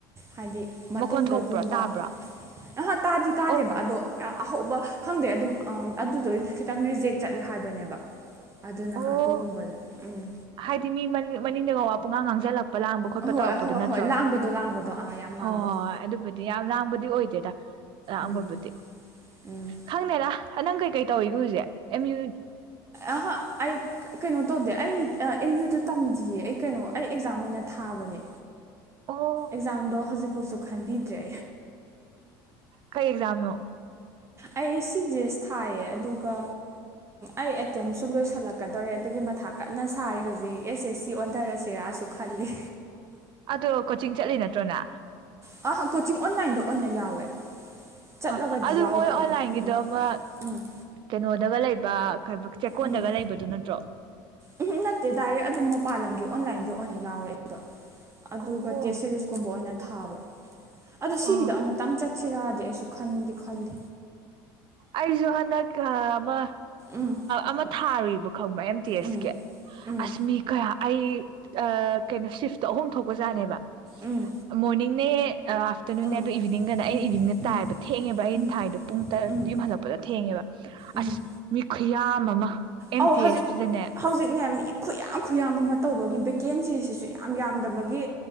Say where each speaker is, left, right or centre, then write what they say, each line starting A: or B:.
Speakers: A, on the right (about 25°); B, on the right (about 55°).
A: ꯍꯥꯏꯗꯤ ꯃꯇꯨꯡꯗꯒꯨꯝꯕ
B: ꯃꯈꯣꯟ ꯊꯣꯛꯄ꯭ꯔꯣ ꯇꯥꯕ꯭ꯔꯣ
A: ꯑꯍꯥ ꯇꯥꯗꯤ ꯇꯥꯗꯦꯕ
B: ꯑꯣ
A: ꯑꯗꯣ ꯌꯥꯝ ꯑꯍꯥꯎꯧꯕ ꯈꯪꯗꯦ ꯑꯗꯨꯝ ꯑꯗꯨꯗꯣ ꯈꯤꯇꯪ ꯔꯤꯖꯦꯛ ꯆꯠꯂꯦ ꯍꯥꯏꯕꯅꯦꯕ ꯑꯗꯨꯅ
B: ꯑꯣ
A: ꯑꯗꯨꯒꯨꯝꯕꯁ ꯎꯝ
B: ꯍꯥꯏꯗꯤ ꯃꯤ ꯃꯅꯤꯡꯗꯒꯋꯥ ꯄꯨꯡꯉꯥꯡ ꯉꯥꯡꯖꯜꯂꯛꯄ ꯂꯥꯡ ꯈꯣꯠꯄ
A: ꯑꯍꯣꯏ
B: ꯇꯧꯔꯛꯄꯗꯨ
A: ꯑꯍꯣꯏ
B: ꯅꯠꯇ꯭ꯔꯣ
A: ꯑꯍꯣꯏ ꯂꯥꯡꯕꯗꯣ ꯂꯥꯡꯕꯗꯣ ꯑꯥ ꯌꯥꯝ
B: ꯍ
A: ꯂꯥꯡꯕꯗꯣ
B: ꯑꯗꯨꯕꯨ ꯌꯥꯝ ꯂꯥꯡ ꯑꯣꯏꯗꯦꯗ ꯑꯥꯛꯑꯝꯕꯕꯨꯗꯤ
A: ꯎꯝ ꯎꯝ
B: ꯈꯪꯗꯦꯗ ꯅꯪ ꯀꯩꯀꯩ ꯇꯧꯏꯒꯦ ꯍꯧꯖꯤꯛ ꯑꯦꯝ ꯌꯨ
A: ꯑ ꯑꯩ ꯀꯩꯅꯣ ꯇꯧꯗꯦ ꯑꯩ ꯑꯦꯝ ꯌꯨꯗ ꯇꯝꯈꯤꯌꯦ ꯑꯩ ꯀꯩꯅꯣ ꯑꯩ ꯑꯦꯛꯖꯥꯝ ꯑꯣꯏꯅ ꯊꯥꯕꯅꯦ
B: ꯑꯣ
A: ꯑꯦꯛꯖꯥꯗꯣ ꯍꯧꯖꯤꯛ ꯐꯣꯁꯨ ꯈꯟꯕꯤꯗ꯭ꯔꯦ
B: ꯀꯩ ꯑꯦꯛꯖꯥꯝ ꯅ
A: ꯑꯩ ꯁꯤꯁꯦ ꯊꯥꯏꯌꯦ ꯑꯗꯨꯒ ꯑꯩ ꯑꯦꯇꯦꯝꯁꯨ ꯂꯣꯏꯁꯜꯂꯛꯀꯗꯣꯔꯦ ꯑꯗꯨꯒꯤ ꯃꯊꯥ ꯀꯟꯅ ꯁꯥꯔꯤꯦ ꯍꯧꯖꯤꯛ ꯑꯦꯁꯦ ꯁꯤ ꯑꯣꯟꯊꯔꯁꯤꯔꯥꯁꯨ ꯈꯜꯂꯤ
B: ꯑꯗꯣ ꯀꯣꯆꯤꯡ ꯆꯠꯂꯤ ꯅꯠꯇ꯭ꯔꯣꯅ
A: ꯑ ꯀꯣꯆꯤꯡ ꯑꯣꯟꯂꯥꯏꯟꯗ ꯑꯣꯏꯅ ꯌꯥꯎꯋꯦ ꯆꯠꯂꯒꯗꯤ
B: ꯑ ꯑꯗꯨ
A: ꯌꯥꯎꯗꯦ
B: ꯃꯣꯏ
A: ꯑꯩꯗꯣ
B: ꯑꯣꯟꯂꯥꯏꯟꯒꯤꯗꯣ
A: ꯎꯝ
B: ꯑꯃ
A: ꯎꯝ
B: ꯀꯩꯅꯣ ꯑꯗꯨꯒꯒ ꯂꯩꯕꯥꯛ ꯆꯦꯛꯀꯣꯟꯗꯒ
A: ꯎꯝ
B: ꯂꯩꯕꯗꯨ ꯅꯠꯇ꯭ꯔꯣ
A: ꯎꯝꯍꯨꯝ ꯅꯠꯇꯦ ꯗꯥꯏꯔꯦꯛ ꯑꯗꯨꯝ ꯃꯄꯥꯟ ꯂꯝꯒꯤ ꯑꯣꯟꯂꯥꯏꯟꯒꯤ ꯑꯣꯏꯅ ꯌꯥꯎꯔꯦ ꯑꯩꯗꯣ ꯑꯗꯨꯒ
B: ꯑꯣ
A: ꯇꯦꯁ ꯁꯦꯔꯤꯁꯀꯨꯝꯕ ꯑꯣꯏꯅ ꯊꯥꯕ ꯑꯗꯣ ꯁꯤꯒꯤꯗꯣ
B: ꯑꯣ
A: ꯑꯃꯇꯪ ꯆꯠꯁꯤꯔꯛꯗꯤ ꯑꯩꯁꯨ ꯈꯟꯗꯤ ꯈꯜꯂꯤ
B: ꯑꯩꯁꯨ ꯍꯟꯗꯛ ꯑꯃ
A: ꯎꯝ
B: ꯑꯃ ꯊꯥꯔꯨꯏꯕꯀꯣ ꯈꯪꯕ ꯑꯦꯝ ꯇꯤ ꯑꯦꯁ
A: ꯎꯝ
B: ꯀꯦ
A: ꯎꯝ
B: ꯑꯁꯃꯤ ꯀꯌꯥ ꯑꯩ ꯀꯩꯅꯣ ꯁꯤꯐꯇꯣ ꯑꯍꯨꯝ ꯊꯣꯛꯄꯖꯥꯠꯅꯦꯕ
A: ꯎꯝ
B: ꯃꯣꯔꯅꯤꯡꯅꯦ ꯑꯥꯐꯇꯔꯅꯨꯟꯅꯦ
A: ꯎꯝ
B: ꯑꯗꯣ ꯏꯚꯅꯤꯡꯗꯅ ꯑꯩ
A: ꯎꯝ
B: ꯏꯚꯕꯤꯅꯤꯡꯗ
A: ꯎꯝ
B: ꯇꯥꯏꯌꯦꯕ ꯊꯦꯡꯉꯦꯕ ꯑꯩꯅ
A: ꯎꯝ
B: ꯊꯥꯏꯗꯣ ꯄꯨꯡ ꯇꯔ
A: ꯎꯝ
B: ꯍꯜꯂꯛꯄꯗ ꯊꯦꯡꯉꯦꯕ
A: ꯎꯝ
B: ꯑꯁ ꯈꯨꯌꯥꯝ ꯑꯃ ꯑꯦꯝ
A: ꯑꯧ
B: ꯇꯤ
A: ꯍꯧꯖꯤꯛ
B: ꯑꯦꯁꯁꯤꯗꯅꯦ
A: ꯍꯧꯖꯤꯛꯅꯦ ꯃꯤ ꯈꯨꯌꯥꯝ ꯈꯨꯌꯥꯝ ꯑꯃ ꯇꯧꯕꯒꯤꯕꯤ ꯚꯦꯀꯦꯟꯁꯤꯁꯤꯁꯨ ꯌꯥꯝ ꯌꯥꯝꯗꯕꯒꯤ